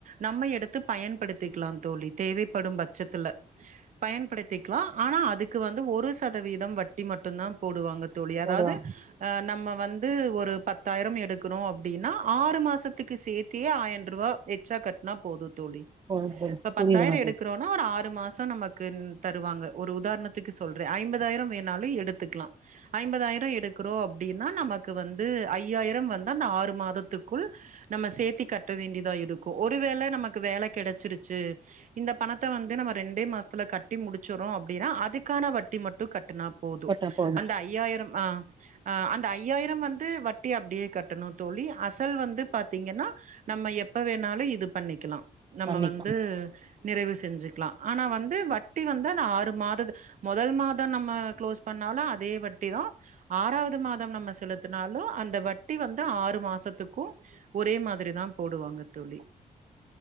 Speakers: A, on the right; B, on the right.
A: நம்ம எடுத்து பயன்படுத்திக்கலா தோழி தேவைப்படும் பட்சத்துல பயன்படுத்திக்கலாம் ஆனா அதுக்கு வந்து ஒரு சதவீதம் வட்டி மட்டும்தா போடுவாங்க தோழி அதாது
B: போடுவா
A: நம்ம வந்து ஒரு பத்தாயிரம் எடுக்க இருக்றோம் அப்டின்னா ஆறு மாசத்துக்கு சேத்தியே ஆயிரம் ரூபா எச்சா கட்னா போதும் தோழி
B: போடு தோழி
A: இப்ப
B: புரியுதுங்க
A: பத்தாயிரம் எடுக்கறோ
B: தோழி
A: ஒரு ஆறு மாசம் நமக்கு தருவாங்க ஒரு உதாரணத்துக்கு சொல்ற ஐம்பதாயிரம் வேணாலும் எடுத்துக்லாம் ஐம்பதாயிரம் எடுக்றோம் அப்டின்னா நமக்கு வந்து ஐயாயிரம் வந்து அந்த ஆறு மாதத்துக்குள் நம்ம சேத்தி கட்ட வேண்டியதா இருக்கு ஒருவேள நமக்கு வேல கெடச்சிருச்சு இந்த பணத்த வந்து நம்ம ரெண்டே மாசத்துல கட்டி முடிச்சறோம் அப்டின்னா அதுக்கான வட்டி மட்டு கட்டுனா போது
B: போட்டா போது
A: அந்த ஐயாயிரம் அ அந்த ஐயாயிரம் வந்து வட்டி அப்டியே கட் டணும் தோழி அசல் வந்து பாத்தீங்கன்னா நம்ம எப்ப வேணாலு இது பண்ணிக்கலா நம்ம
B: பண்ணிக்கலா
A: வந்து நிறைவு செஞ்சுக்கலா ஆனா வந்து வட்டி வந்து ஆனா ஆறு மாதத் மொதல் மாதம் நம்ம க்ளோஸ் பண்ணாலு அதே வட்டி தா ஆறாவது மாதம் நம்ம செலுத்தினாலு அந்த வட் டி வந்து ஆறு மாசத்துக்கும் ஒரே மாதிரி தா போடுவாங்க தோழி